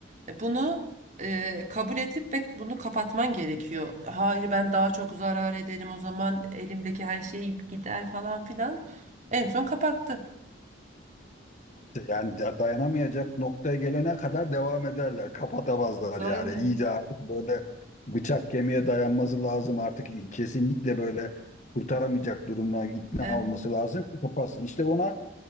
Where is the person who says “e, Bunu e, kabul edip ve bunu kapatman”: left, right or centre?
Right